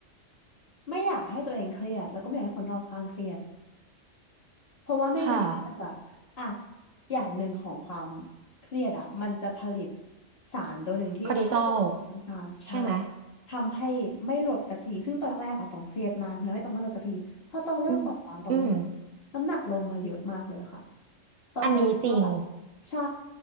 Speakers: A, on the left; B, on the right.
A: ไม่อยากให้ตัวเองเครียดแล้วก็ไม่อยากให้คนรอบข้างเครียดเพราะว่าไม่งั้นมันจะแบบอ่ะ
B: ค่ะ
A: อย่างหนึ่งของความเครียดอ่ะมันจะผลิตสารตัวหนึ่งที่เพิ่มน้ำตาลใช่
B: คอร์ติซอลใช่ไหม
A: ทำให้ไม่หลดสักทีซึ่งตอนแรกๆอะต้องเครียดมากมันทำให้ต้องไม่หลดสักทีพอต้องเริ่มปล่อยวางต้องไม่
B: อืมอืม
A: น้ำหนักลงมาเยอะมากเลยค่ะต้องเลยคิดว่าแบบ
B: อันนี้จริง
A: ใช่